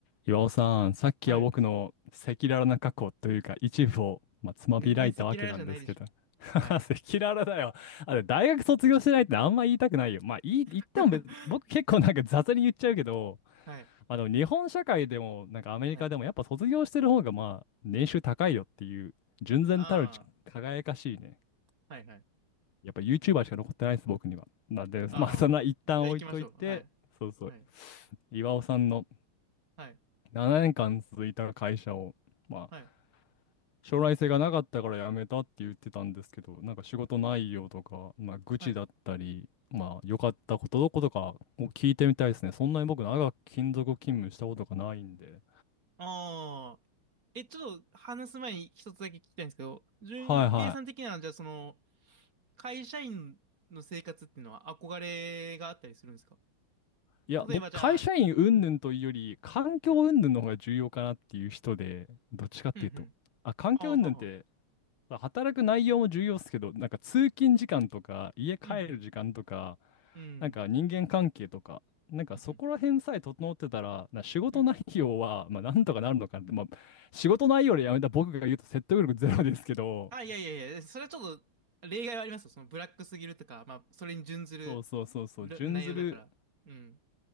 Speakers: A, on the left (about 70°); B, on the right (about 40°).
A: 岩尾さん、さっきは僕の赤裸々な過去というか一部を、
B: はい。
A: まあ、つまびらいたわけなんですけど。
B: 全然赤裸々じゃないでしょ。
A: <laughs> 赤裸々だよ。
B: はい。
A: あれ、大学卒業してないってあんま言いたくないよ。まあ、いい、
B: <laughs>
A: 言っても別に、僕結構なんか雑に言っちゃうけど、
B: はい。
A: あの、日本社会でも、なんかアメリカでも、
B: はい。
A: やっぱ卒業してる方が、まあ、年収高いよっていう、純然たる輝かしいね。
B: ああ、はいはい。
A: やっぱ YouTuber しか残ってないです、僕には。なんで、
B: ああ、
A: まあ、そんな一旦置いといて、
B: じゃあ行きましょう。はい。
A: そうそう。
B: はい。
A: 岩尾さんの、
B: はい。
A: 7年間続いた会社を、まあ、
B: はい。
A: 将来性がなかったから辞めたって言ってたんですけど、なんか仕事内容とか、まあ、愚痴だったり、
B: はい。
A: まあ、良かったことどことかを聞いてみたいですね。そんなに僕、長く勤続勤務したことがないんで。
B: ああ、え、ちょっと話す前に一つだけ聞きたいんですけど、順平さん的には、
A: はいは
B: じゃあその、会社員の生活っていうのは憧れがあったりするんですか
A: い。いや、
B: 例えばじゃあ、
A: 僕、会社員云々というより、
B: はい。
A: 環境云々の方が重要かなっていう人で、
B: はい。
A: どっちかっていうと。
B: うんうん。
A: あ、環境云々って、
B: ああ、はは。
A: 働く内容も重要ですけど、なんか通勤時間とか、家帰る時間とか、
B: うんうん。うん。
A: なんか人間関係とか、なんかそこら辺さえ整ってたら、
B: うん
A: な仕事内容は、
B: うん。
A: まあ、なんとかなるのかなって、まあ、仕事内容でやめた僕が言うと説得力ゼロですけど、
B: あ、いやいやいや、それはちょっと例外はありますよ。そのブラックすぎるとか、まあ、それに準ずるる内容だから。
A: そうそうそうそう、準ずる
B: うん。